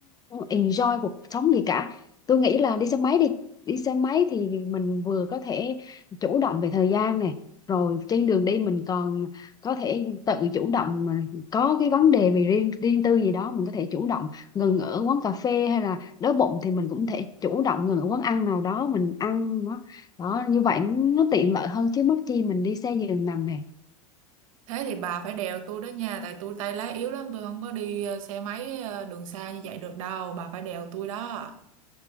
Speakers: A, on the left; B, on the right.
A: enjoy cuộc sống gì cả tôi nghĩ là đi xe máy đi đi xe máy thì mình vừa có thể chủ động về thời gian nè rồi trên đường đi mình còn có thể tự chủ động mà có cái vấn đề về riêng riêng tư gì đó mình có thể chủ động ngừng ở quán cà phê hay là đói bụng thì mình cũng thể chủ động ngừng ở quán ăn nào đó mình ăn đó như vậy nó tiện lợi hơn chứ mất chi mình đi xe giường nằm nè
B: thế thì bà phải đèo tôi đó nha tại tôi tay lái yếu lắm tôi không có đi à, xe máy à, đường xa như vậy được đâu bà phải đèo tôi đó